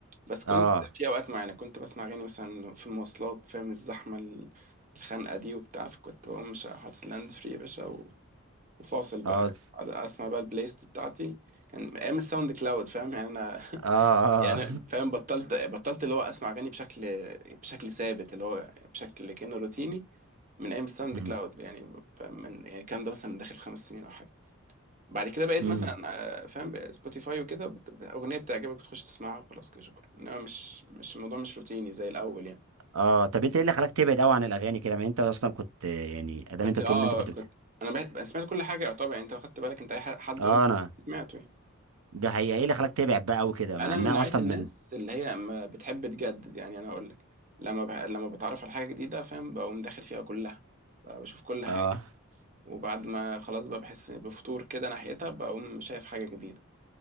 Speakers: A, on the right; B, on the right.
A: بس كنت
B: اه
A: في اوقات معينة كنت بسمع اغاني مثلا في المواصلات فاهم الزحمة ال- الخنقة دي وبتاع فكنت بقوم مش حاطط لاند فري يا باشا و- وفاصل بقى
B: اه
A: أقعد اسمع بقى البلاي ليست بتاعتي كان ايام الساوند كلاود فاهم يعني انا
B: اه
A: يعني
B: اه
A: فاهم بطلت بطلت اللي هو اسمع اغاني بشكل بشكل ثابت اللي هو بشكل كانه روتيني من ايام الساوند
B: <laughs> مم،
A: كلاود يعني فاهم؟ من يعني الكلام ده مثلا من داخل خمس سنين او حاجه بعد كده بقيت
B: مم.
A: مثلا آه، فاهم سبوتيفاي وكده بت- اغنيه بتعجبك بتخش تسمعها وخلاص كده شكرا انما مش مش الموضوع مش روتيني زي الاول يعني
B: اه طب انت ايه اللي خلاك تبعد قوي عن الاغاني كده ما انت اصلا كنت يعني ادام
A: كنت
B: انت بتقول
A: اه
B: ان انت كنت
A: كنت
B: بتحب
A: انا بقيت- سمعت كل حاجه يعتبر يعني انت لو خدت بالك انت اي ح- حد
B: اه
A: قلته
B: انا
A: سمعته يعني
B: ده حقيقه ايه اللي خلاك تبعد بقى قوي كده مع
A: انا
B: انها
A: من نوعيه
B: اصلا
A: الناس
B: من
A: اللي هي ما بتحب تجدد يعني انا اقول لك لما بح... لما بتعرف على حاجه جديده فاهم بقوم داخل فيها كلها بقى بشوف كل حاجه
B: اه
A: وبعد ما خلاص بقى بحس بفتور كده ناحيتها بقوم شايف حاجه جديده